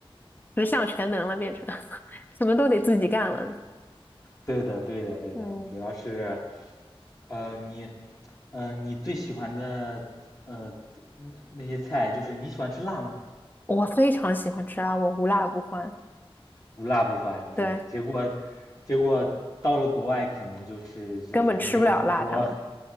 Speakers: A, on the left; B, on the left.
A: 十项全能了，变成 <laughs> 什么都得自己干了。
B: 对的，对的，对的，
A: 嗯，
B: 主要是呃，你呃，你最喜欢的呃那那些菜，就是你喜欢吃辣吗？
A: 我非常喜欢吃辣，我无辣不欢。
B: 无辣不欢，对，
A: 对，
B: 结果结果到了国外可能就是就是没有那么多
A: 根本吃不了辣，他们。